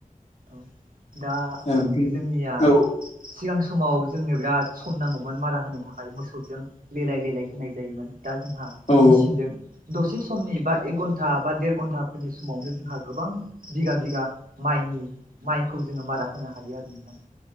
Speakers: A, on the right; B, on the left.
A: औ दा
B: ओमफ्राय
A: जोंनिया
B: औ
A: सिगां समाव जोंनो बिराद सम नांगौमोन मारा होनो थाखाय मोसौजों लेलाय लेलाय होनाय जायोमोन। दा जोंहा
B: औ
A: मेसिनजों दसे समनि बा एक घन्टा बा देर घन्टा फोरनि समावनो जोंहा गोबां बिगा बिगा माइनि माइखौ जोङो मारा होनो हायो आरो नोंथां।